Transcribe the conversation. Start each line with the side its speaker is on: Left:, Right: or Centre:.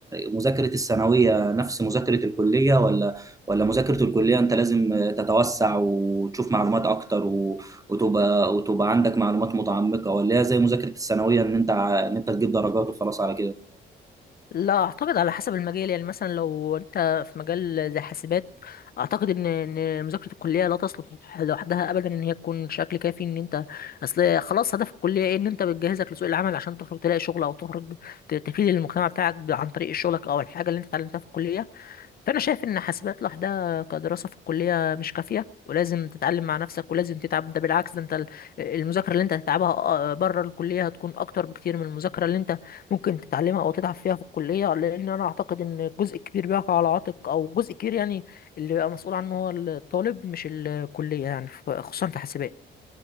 Right: مذاكرة الثانوية نفس مذاكرة الكلية ولا ولا مذاكرة الكلية أنت لازم تتوسع وتشوف معلومات أكتر و- وتبقى وتبقى عندك معلومات متعمقة ولا هي زي مذاكرة الثانوية إن أنت ع- إن أنت تجيب درجات وخلاص على كده
Left: لا اعتقد على حسب المجال يعني مثلا لو انت في مجال زي حاسبات اعتقد ان ان مذاكره الكليه لا تصلح لوحدها ابدا ان هي تكون شكل كافي ان انت اصل خلاص هدف الكليه ايه ان انت بتجهزك لسوق العمل عشان تخرج تلاقي شغل او تخرج ت- تفيد المجتمع بتاعك ب- عن طريق شغلك او الحاجه اللي انت اتعلمتها في الكليه فانا شايف ان حاسبات لوحدها كدراسه في الكليه مش كافيه ولازم تتعلم مع نفسك ولازم تتعب ده بالعكس ده انت ال- المذاكره اللي انت هتتعبها بره الكليه هتكون اكتر بكتير من المذاكره اللي انت ممكن تتعلمها او تتعب فيها في الكليه لان انا اعتقد ان جزء كبير بيقع على عاتق او جزء كبير يعني اللي بيبقى مسؤول عنه هو الطالب مش الكليه يعني ف- خصوصا في حاسبات